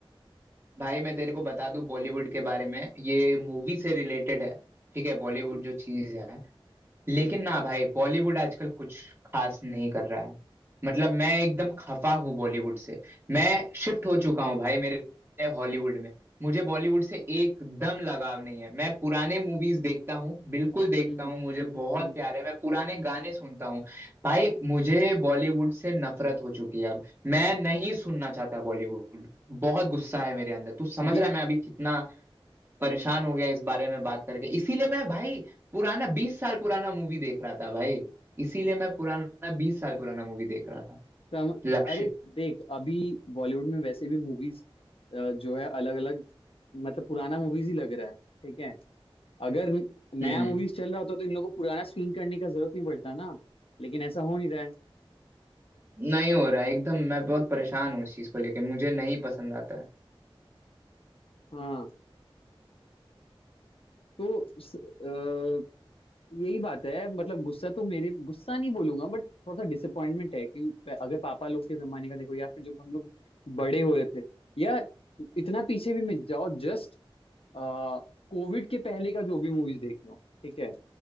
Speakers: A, on the right (about 25°); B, on the left (about 75°).
A: भाई मैं तेरे को बता दूं बॉलीवुड के बारे में ये मूवी से रिलेटेड है ठीक है बॉलीवुड जो चीज है लेकिन
B: हम्म
A: ना भाई बॉलीवुड आजकल कुछ खास नहीं कर रहा है मतलब मैं एकदम खफा हूँ बॉलीवुड से मैं शिफ्ट हो चुका हूँ भाई मेरे हॉलीवुड में मुझे बॉलीवुड से एकदम लगाव नहीं है मैं पुराने मूवीज देखता हूँ बिल्कुल देखता
B: हम्म
A: हूँ मुझे
B: हम्म
A: बहुत
B: हम्म।
A: प्यार है मैं पुराने गाने सुनता हूँ भाई मुझे बॉलीवुड से नफरत हो चुकी है अब मैं नहीं सुनना चाहता बॉलीवुड बहुत गुस्सा है मेरे अंदर तू समझ
B: ये
A: रहा है मैं अभी कितना परेशान हो गया इस बारे में बात करके इसीलिए मैं भाई पुराना बीस साल पुराना मूवी देख रहा था भाई इसीलिए मैं पुराना बीस साल पुराना मूवी देख रहा था
B: कम,
A: लक्ष्य
B: अरे देख अभी बॉलीवुड में वैसे भी मूवीज जो है अलग अलग मतलब पुराना मूवीज ही लग रहा है ठीक है अगर न- नया
A: हम्म
B: मूवीज चल रहा होता तो इन लोगों को पुराना स्क्रीन करने का जरूरत नहीं पड़ता ना लेकिन ऐसा हो नहीं रहा है
A: नहीं हो रहा है, एकदम मैं बहुत परेशान हूँ इस चीज को लेके मुझे नहीं पसंद आता है
B: हाँ तो यही बात है मतलब गुस्सा तो मेरे गुस्सा नहीं बोलूंगा बट थोड़ा सा डिसअपॉइंटमेंट है कि अगर पापा लोग के जमाने का देखो या फिर जब हम लोग बड़े हो रहे थे या इतना पीछे भी मत जाओ जस्ट कोविड के पहले का जो भी मूवीज देख लो ठीक है